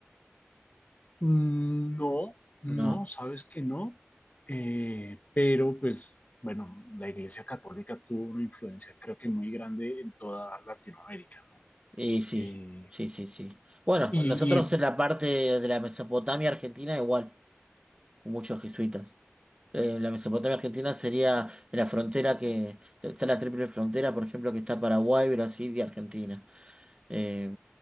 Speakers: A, on the left; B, on the right.
A: Mm, No, no,
B: No.
A: sabes que no. Eh, pero pues, bueno, la Iglesia Católica tuvo una influencia creo que muy grande en toda Latinoamérica, ¿no?
B: Y sí,
A: Eh,
B: sí, sí, sí. Bueno,
A: y,
B: nosotros
A: y
B: en la parte de la Mesopotamia argentina igual, muchos jesuitas. Eh, la Mesopotamia argentina sería en la frontera que está la triple frontera, por ejemplo, que está Paraguay, Brasil y Argentina. eh,